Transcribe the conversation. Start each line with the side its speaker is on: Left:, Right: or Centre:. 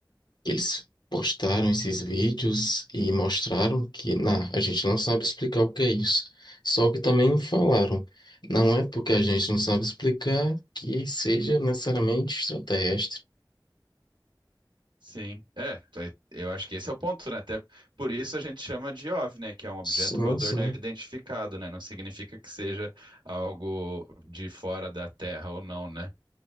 Left: eles postaram esses vídeos e mostraram que, na, a gente não sabe explicar o que é isso. Só que também falaram, não é porque a gente não sabe explicar que seja necessariamente extraterrestre.
Right: Sim, é, t- eu acho que esse é o ponto, né? Até por isso a gente chama de OVNI, né? Que é um objeto
Left: Sim,
Right: voador
Left: sim,
Right: não identificado, né? Não significa que seja algo de fora da Terra ou não, né?